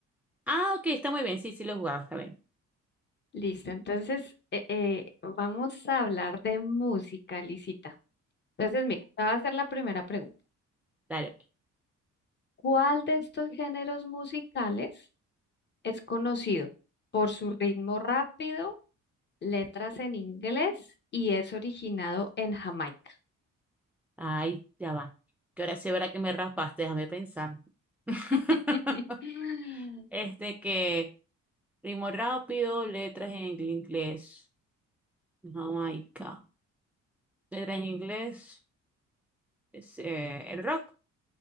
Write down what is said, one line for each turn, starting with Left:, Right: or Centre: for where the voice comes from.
Centre: Ah, ok, está muy bien. Sí, sí lo he jugado, está bien.
Left: Listo, entonces eh, eh, vamos a hablar de música, Lisita. Entonces, mira, te voy a hacer la primera pregunta.
Centre: Dale. pues.
Left: ¿Cuál de estos géneros musicales es conocido por su ritmo rápido, letras en inglés y es originado en Jamaica?
Centre: Ay, ya va. Que ahora sí verá que me raspaste, déjame pensar. <laughs>
Left: <laughs>
Centre: Este que ritmo rápido, letras en inglés. Jamaica. Letras en inglés. Es, eh, el rock.